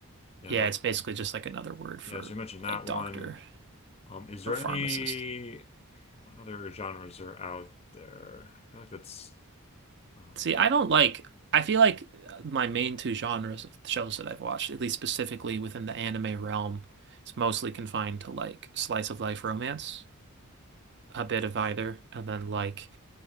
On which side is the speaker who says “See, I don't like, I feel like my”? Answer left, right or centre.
Right